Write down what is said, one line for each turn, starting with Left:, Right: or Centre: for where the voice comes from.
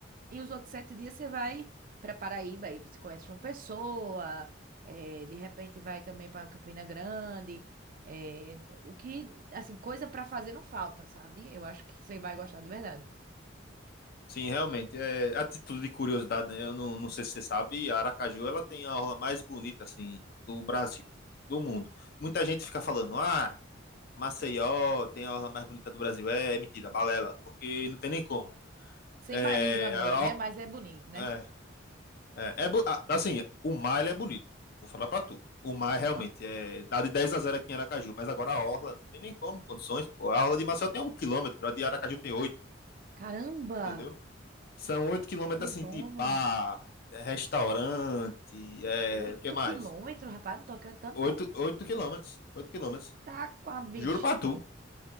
Right: E os outros sete dias você vai para Paraíba, aí você conhece João Pessoa, eh, de repente vai também para Campina Grande. eh, o que, assim, coisa para fazer não falta, sabe? Eu acho que você vai gostar de verdade.
Left: Sim, realmente. É, a título de curiosidade, né? Eu não, não sei se você sabe, a Aracaju, ela tem a orla mais bonita, assim, do Brasil, do mundo. Muita gente fica falando, ah, Maceió tem a orla mais bonita do Brasil. É, é mentira, balela, porque não tem nem como.
Right: Sem
Left: É,
Right: bairrismo agora,
Left: ela-
Right: né? Mas é bonito, né?
Left: é, é, é bo- ah, assim, o mar ele é bonito. Vou falar pra tu. O mar
Right: Aham.
Left: realmente é dá de 10 a zero aqui em Aracaju, mas agora a orla não tem nem como condições, pô. A orla de Maceió tem um quilômetro, a de Aracaju tem oito,
Right: Caramba!
Left: entendeu? São oito quilômetros
Right: Grandona!
Left: assim de bar, é, restaurante, é,
Right: Oito
Left: o que mais?
Right: quilômetros, rapaz, não tô acreditando,
Left: Oito,
Right: não.
Left: oito quilômetros, oito quilômetros.
Right: Tá com a bexiga.
Left: Juro pra tu.